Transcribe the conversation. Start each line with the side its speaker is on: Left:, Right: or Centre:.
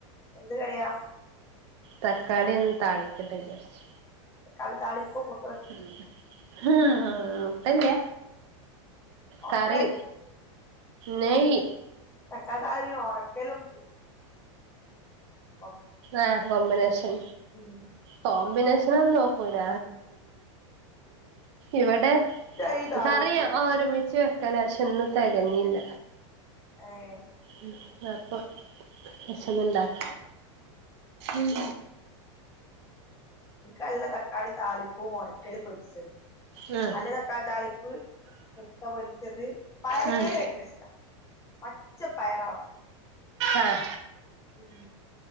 Left: എന്ത് കറിയ
Right: തക്കാളി ഒന്ന് താളിക്കട്ടെന്ന് വിചാരിച്ചു
Left: തക്കാളി താളിപ്പ് മു
Right: ഉം ഹ് കൊയ്യപ്പില്ല
Left: ഒണക്കൽ
Right: കറി നയി
Left: തക്കാളി താളിപ്പിന് ഒണക്കലും <unintelligible>
Right: ആഹ് കോമ്പിനേഷൻ
Left: ഉം
Right: കോമ്പിനേഷനൊന്നും നോക്കൂല ഇവിടെ
Left: ഇഷ്ടാ ഈ താളിപ്പ്
Right: കറിയ ഒരുമിച്ച് കലാശം ഇന്ന് തെകഞ്ഞില്ല
Left: ഏഹ്
Right: ഉം അപ്പം വെച്ചെന്നുണ്ടാക്ക ഉം
Left: എനക്ക് നല്ല തക്കാളി താളിപ്പൂ ഉണക്കല് പൊരിച്ചതും
Right: ഉം
Left: അല്ലേ തക്കാളി താളിപ്പ് മുട്ട പൊരിച്ചത് പയറ്
Right: ഉം
Left: ഉപ്പേരി ഭയങ്കര ഇഷ്ട്ട പച്ച പയറാവണം
Right: ആഹ.
Left: ഉം